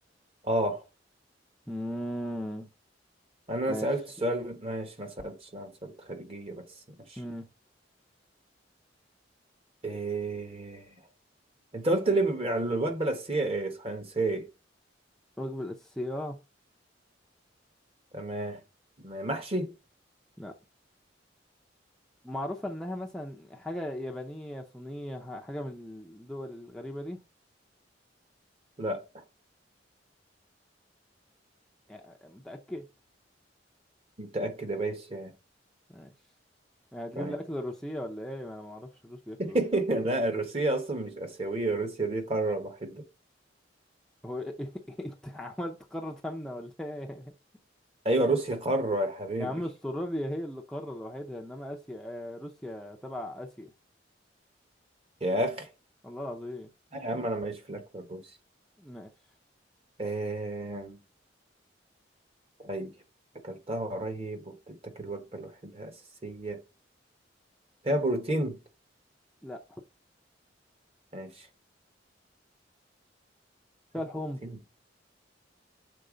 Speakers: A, on the right (about 35°); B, in the centre.
A: أه
B: مم.
A: أنا
B: ماشي
A: سألت السؤال ماشي ما سألتش أنا سألت خليجية بس ماشي
B: مم.
A: إيه أنت قلت لي بيبقى الوجبة الأساسية إيه صحيح نسيت
B: الوجبة الأساسية آه.
A: تمام م- محشي
B: لا معروفة إنها مثلا حاجة يابانية صينية ح- حاجة من الدول الغريبة دي
A: لا
B: يعني متأكد
A: متأكد يا باشا
B: ماشي يعني هتجيب
A: طيب
B: لي أكل روسية ولا إيه ما أنا معرفش الروس بياكلوا
A: <laughs>
B: إيه
A: لا روسيا اصلا مش اسيويه روسيا دي قاره لوحدها
B: هو <laughs> إيه؟ أنت عملت قارة آمنة ولا إيه
A: ايوه روسيا قاره يا حبيبي
B: يا عم استراليا هي اللي قارة لوحدها انما اسيا آه روسيا تبع اسيا
A: يا اخي
B: الله العظيم
A: لا يا عم انا ماليش في الاكل الروسي
B: ماشي
A: آه... طيب اكلتها قريب وبتتاكل وجبه لوحدها اساسيه فيها بروتين
B: لا
A: ماشي فيها
B: فيها لحوم
A: بروتين